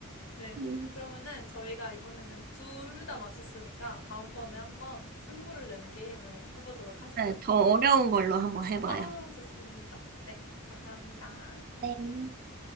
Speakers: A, on the left; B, on the right.
A: 네.
B: 음.
A: 그러면은 저희가 이번에는 둘 다 맞췄으니까, 다음번에 한번 승부를 내는 게임을 해보도록 하시죠.
B: 네, 더 어려운 걸로 한번 해봐요.
A: 아, 좋습니다. 네. 감사합니다.
B: 네.